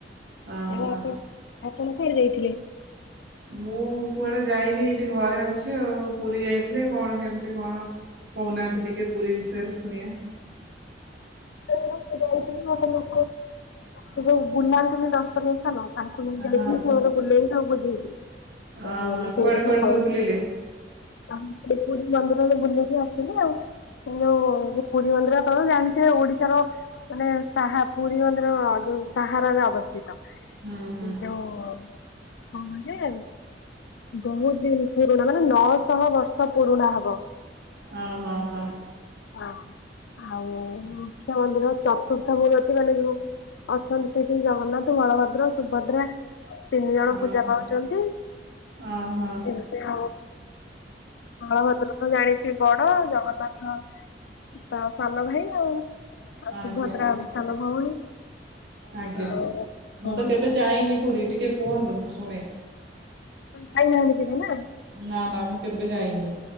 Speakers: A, on the right; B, on the left.
A: ଓହୋ।
B: ଆଉ ଆପଣ? ଆପଣ କୁଆଡେ ଯାଇଥିଲେ?
A: ମୁଁ କୁଆଡେ ଯାଇନି। ଏଇଠି ଘରେ ଅଛି। ଆଉ ପୁରୀ ଯାଇଥିଲେ କଣ କେମିତି କଣ କହୁନାହାନ୍ତି ଟିକେ ପୁରୀ ବିଷୟରେ ଶୁଣିବା।
B: ଯାଇଥିଲି <unintelligible> ଲୋକ ଯୋଉ ସେ ଯୋଉ ବୁଲାନ୍ତିନି ଦର୍ଶନୀୟ ସ୍ଥାନ ତାଙ୍କୁ ନେଇ ଯାଇଥିଲି
A: ହଁ।
B: ସେ ମତେ ବୁଲେଇକି ସବୁ ବୁଝେଇଥିଲେ।
A: ଓହୋ
B: ମୁଁ ସେଇ
A: କୁଆଡେ
B: କଥା
A: କୁଆଡେ
B: କହୁଚି।
A: ସବୁ ବୁଲିଲେ
B: ତମ ସେ ପୁରୀ ମନ୍ଦିରରେ ବୁଲିକି ଆସିଲେ ଆଉ। ଏ ଯୋଉ ଯେ ପୁରୀ ମନ୍ଦିର ଆପଣ ଜାଣିଥିବେ ଓଡିଶାର। ମାନେ ସାହା ପୁରୀ ମନ୍ଦିର ଯୋଉ ସାହାରାରେ ଅବସ୍ଥିତ।
A: ହୁଁ ହୁଁ।
B: ଏଇ ଯୋଉ କଣ କହିଲେ? ବହୁତ ଦିନ ପୁରୁଣା ମାନେ ନଅଶହ ବର୍ଷ ପୁରୁଣା ହବ।
A: ଓହୋ ହୋ
B: ହଁ ଆଉ ମୁଖ୍ୟମନ୍ଦିର ଚା <unintelligible> ଏ ଯୋଉ ଅଛନ୍ତି ସେଇଠି ଜଗନ୍ନାଥ, ବଳଭଦ୍ର, ସୁଭଦ୍ରା। ତିନି ଜଣ
A: ଓହୋ
B: ପୂଜା ପାଉଚନ୍ତି
A: ଓହୋ
B: ଏମିତି ଆଉ। ବଳଭଦ୍ର ତ ଜାଣିଥିବେ ବଡ ଆଉ ଜଗନ୍ନାଥ ତ ସାନ ଭାଇ ଆଉ ଆଉ
A: ଆଜ୍ଞା
B: ସୁଭଦ୍ରା
A: ଆଜ୍ଞା
B: ସାନ ଭଉଣୀ
A: ଆଜ୍ଞା
B: ଆଉ ହଁ।
A: ମୁଁ ତ କେବେ ଯାଇନି ପୁରୀ ଟିକେ କୁହନ୍ତୁ ମୁଁ ଶୁଣେ।
B: ଆପଣ ଯାଇନାହାନ୍ତି କେବେ ନାଁ?
A: ନା ନା ମୁଁ କେବେ ଯାଇନି।